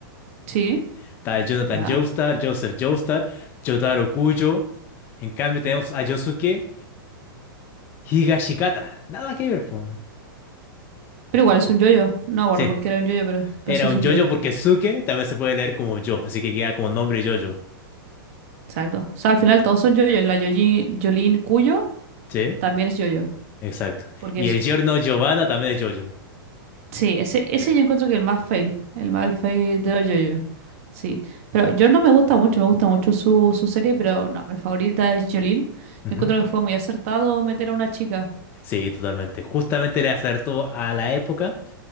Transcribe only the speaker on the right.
Sí,
ya.
Pero igual es un yoyo. No acuerdo
por qué era un yoyo, pero, pero
sí es
un
yoyo.
Exacto. O sea, al final todos son yoyo. La Yoyi- Yolin Cuyo
también es yoyo,
porque
es
Sí, ese, ese
yo encuentro que el más fail, el más fail de los yoyos. Sí, pero yo no me gusta mucho, me gusta mucho su, su serie, pero no, mi favorita es Jolene.
Yo encuentro que fue muy acertado meter a una chica.